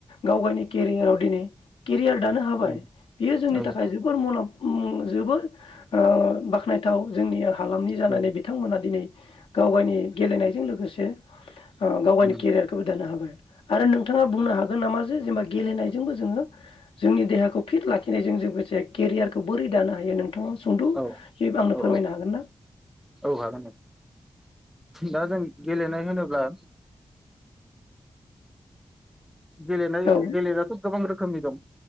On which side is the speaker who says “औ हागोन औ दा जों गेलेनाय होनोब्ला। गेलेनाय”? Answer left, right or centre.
Centre